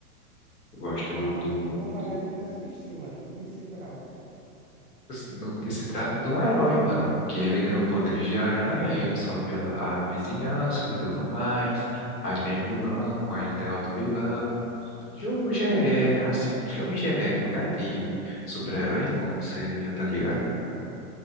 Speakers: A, on the left (about 80°); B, on the right (about 25°).
A: Eu gosto
B: Ah,
A: do,
B: o Homem-Aranha
A: do,
B: eu nunca assisti, mano. Do que se trata?
A: no que se trata de um herói, mano. Que ele ganhou poderes de aranha, aí ele salva a, a vizinhança e tudo mais. Aí tem vilão, aí ele derrota o vilão. Jogo já é, assim, filme genérico, né? De super-herói, como você já tá ligado.